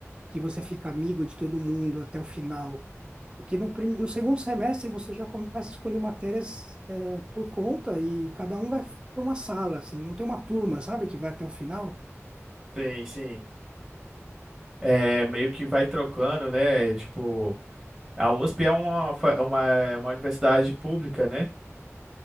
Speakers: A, on the right; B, in the centre.
A: que você fica amigo de todo mundo até o final. Porque no, prim- no segundo semestre você já começa a escolher matérias eh, por conta e cada um vai para uma sala, assim. Não tem uma turma, sabe, que vai até o final?
B: Sim, sim. é, meio que vai trocando, né? Tipo, a USP é uma, fa- é uma, é uma universidade pública, né?